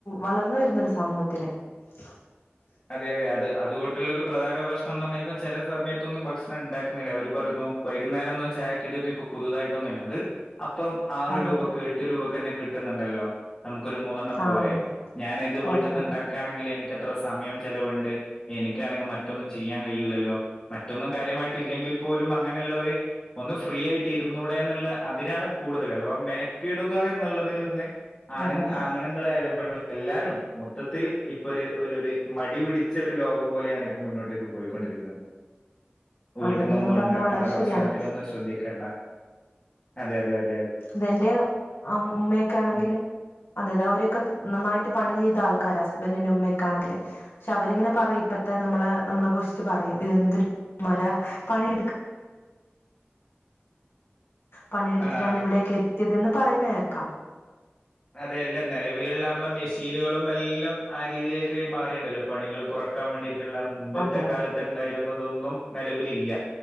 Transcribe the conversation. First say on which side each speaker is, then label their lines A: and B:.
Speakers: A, on the left; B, on the left.
A: വളർന്നു വരുന്ന ഒരു സമൂഹ- <unintelligible>
B: അതെ അതെ അതെ അതുകൊട്ടുള്ള ഒരു പ്രധാന പ്രശ്നം എന്ന് പറഞ്ഞാൽ ഇപ്പ ചില സമയത്തൊന്നും ഭക്ഷണം ഉണ്ടാക്കുന്നില്ല അവര് പറയുന്നു വൈകുന്നേരംന്നും ചായക്കടൊന്നും ഇപ്പൊ പുതുതായിട്ടൊന്നുല്ല അത് അപ്പറം ആറ്
A: അതെ
B: രൂപയ്ക്ക്
A: അതെ
B: എട്ട് രൂപയ്ക്ക് തന്നെ കിട്ടുന്നുണ്ടല്ലോ <inaudible> നമുക്കൊരു മൂന്നെണ്ണം
A: ആഹ്
B: പോരെ
A: അതെ
B: ഞാൻ ഇത്
A: പോരെ
B: വീട്ടിൽ നിന്ന്
A: അതെ
B: ഉണ്ടാക്കുകയാണെങ്കിൽ എനിക്ക് സമയം ചിലലവുണ്ട് എനിക്കാണെങ്കിൽ മറ്റൊന്നും ചെയ്യാൻ കഴിയൂല്ലല്ലോ മറ്റൊന്നും കാര്യമായിട്ട ഇില്ലെങ്കിൽ പോലും അങ്ങനെയുള്ളവര് ഒന്ന് ഫ്രീ ആയിട്ട് ഇരുന്നൂടെ എന്നുള്ള അതിനാണ് കൂടുതൽ അഥവാ മെനക്കെിടുക എന്നുള്ളതിൽ നിന്ന് ആണ്
A: അതെ അതെ
B: ആങ്ങണങ്ങള ആയലും പെണ്ണുങ്ങൾ എല്ലാരും മൊത്തത്തിൽ ഇപ്പൊ ഒരു ഒര് ഒര് മടി പിടിച്ച ഒരു ലോകം പോലെയാണ് ഇപ്പ മുന്നോട്ടേക്ക് പോയിക്കൊണ്ടിരിക്കുന്നത് വീട്ടന്നൊന്നും
A: അതെ നിങ്ങൾ പറഞ്ഞ
B: ഉണ്ടാക്കേണ്ട
A: വളരെ
B: ഭക്ഷണത്തിന്നും
A: ശരിയാണ്
B: ശ്രദ്ധിക്കേണ്ട അതെ അതെ അ
A: അതെന്റെ ഉമ്മയൊക്കെ ആണെങ്കിൽ
B: ഉം.
A: അതെ അതെ അവരൊക്കെ നന്നായിട്ട് പണി ചെയ്ത ആൾക്കാരാ ബ ഉമ്മയക്കാണെങ്കില് പക്ഷെ അവരിങ്ങനെ പറയും ഇപ്പത്തെ നമ്മളെ നമ്മളെ കുറിച്ചിട്ട് പറയും ഇതെന്തൊരു മര പണിയെടുക്ക പണിയെടുത്തിട്ടാണ്
B: ആ,
A: ഇവിടേക്ക എത്തിയതന്ന് പറയുന്ന കേക്കാം
B: അതെയല്ല നിലവിലുള്ള നമ്മളെ മെഷീനുകളും എല്ലാം ആ രീതിയിലേക്ക് മാറിയുണ്ടല്ലോ പണികൾ കുറക്കാൻ വേണ്ടിട്ട് മുമ്പത്തെ
A: അതെ അതെ
B: കാലത്ത്ണ്ടായിരുന്നത് അതൊന്നും നിലവിലില്ല